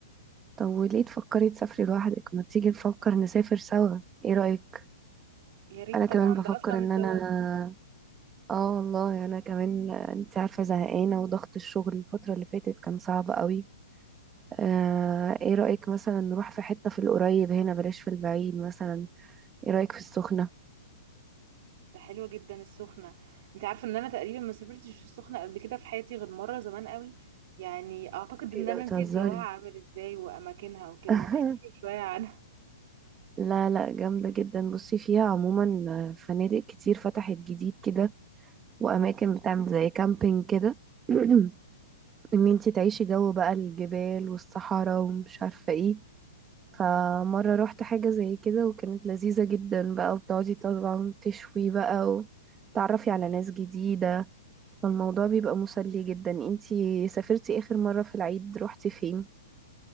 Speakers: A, on the right; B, on the right.
A: طب وليه تفكري تسافري لوحدك ما تيجي نفكر نسافر سوا ايه رأيك
B: يا ريت
A: انا كمان
B: طبعا
A: بفكر
B: ده اصلا السبب
A: ان انا اه والله انا كمان انت عارفة زهقانة وضغط الشغل الفترة اللي فاتت كان صعب قوي آه ايه رأيك مثلا نروح في حتة في القريب هنا بلاش في البعيد مثلا ايه رأيك في السخنة
B: ده حلوه جدا السخنه انت عارفه ان انا تقريبا ما سافرتش السخنه قبل كده في حياتي غير مره زمان قوي يعني اعتقد ان
A: ايه ده
B: انا
A: بتهزري
B: نسيت جواها عامل ازاي واماكنها وكده
A: <laughs>
B: ما تحكيلي شويه عنها
A: لا لا جامدة جدا بصي فيها عموما فنادق كتير فتحت جديد كده وأماكن بتعمل زي كامبينج كده <clears throat> إن انتي تعيشي جو بقى الجبال والصحراء ومش عارفة ايه فمرة روحت حاجة زي كده وكانت لذيذة جدا بقى وبتقعدي طبعا تشوي بقى وتعرفي على ناس جديدة فالموضوع بيبقى مسلي جدا انتي سافرتي آخر مرة في العيد روحتي فين؟